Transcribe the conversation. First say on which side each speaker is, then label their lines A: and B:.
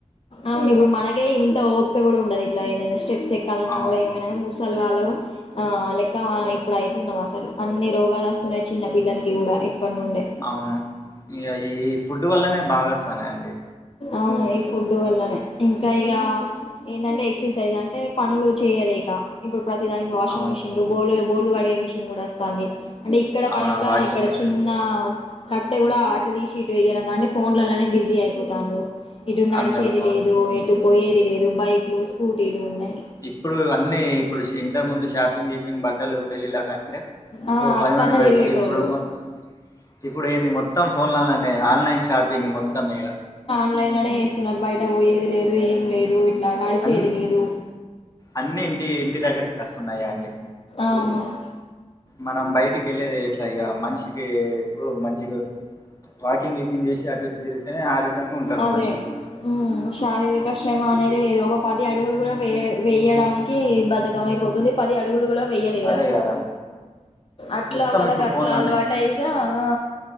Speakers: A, on the left; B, on the left.
A: అవును ఇప్పుడు మనకే ఇంత ఓపిక కూడా ఉండదు ఇట్లా ఏదైనా స్టెప్స్ ఎక్కాలన్నా
B: ఆ
A: కూడా ఏమైనా మూసాల వాళ్ళమ ఆ లెక్క ఆ ఇప్పుడు అయితున్నాయి అసలు అన్ని రోగాలు వస్తున్నాయి చిన్న పిల్లలకి కూడా ఇప్పటి నుండే
B: అవును ఇక ఈ ఫుడ్ వల్లనే బాగా వస్తాన్నాయి అండి
A: అవును ఈ ఫుడ్ వల్లనే ఇంకా ఇక ఏదంటే ఎక్సర్సైజ్ అంటే పనులు చేయ్యాలేము ఇప్పుడు ప్రతి దానికి వాషింగ్
B: అవును
A: మిషన్లు బోలు బోలు కడిగే మిషన్ కూడా వస్తాంది అంటే ఇక్కడ
B: అవునవును
A: పని కూడా
B: వాషింగ్
A: ఇక్కడ
B: మిషిన్
A: చిన్న కట్టె కూడా ఆట తీసి ఇటు వెయ్యడం గాని ఫోన్లలోనే బిజీ అయిపోతాండు ఇటు నడిచేది
B: అందరు ఫోన్లు
A: లేదు ఎటు పోయ్యెది లేదు బైక్లు స్కూటీలు ఉన్నాయి
B: ఇప్పుడు అన్నీ ఇప్పుడు ఇంతకు ముందు షా షాపింగ్ గిపింగ్ బట్టలు పెళ్ళిల్లకంటే
A: ఆ
B: ఓ పది
A: అట్లన్నా
B: మంది పోయ్యెటొళ్ళు
A: తిరిగేటోళ్ళు
B: ఇప్పుడు మొత్త ఇప్పుడు ఏంది మొత్తం ఫోన్లలోనే ఆన్లైన్ షాపింగ్ మొత్తం ఇక
A: ఆన్లైన్ లోనే చేస్తున్నారు బయట పోయ్యేది లేదు ఏం లేదు ఇట్లా నడిచేది
B: అన్ని
A: లేదు
B: అన్ని ఇంటి ఇంటి దగ్గరకి వస్తున్నాయా అండి
A: అవును
B: మనం బయటికి వెళ్ళేది ఎట్లా ఇక మనిషికి ఎప్పుడు మంచి ఇగో వాకింగ్ గికింగ్ చేసి అటు ఇటు తిరిగితేనే ఆరోగ్యంగా ఉంటారు
A: అదే
B: మనుషులు
A: ఉమ్ శారీరక
B: ఇప్పుడు
A: శ్రమ అనేది లేదు ఒక పది అడుగులు కూడా వే వేయ్యడానికి బధ్ధాకం అయిపోతుంది పది అడుగులు కూడా వెయ్యలేరు
B: అదే
A: అసలు
B: కదా
A: అట్లా
B: మొత్తం
A: వాళ్ళకు
B: ఇప్పుడు
A: అట్లా
B: ఫోన్లోనే
A: అలవాటు అయిగా ఆ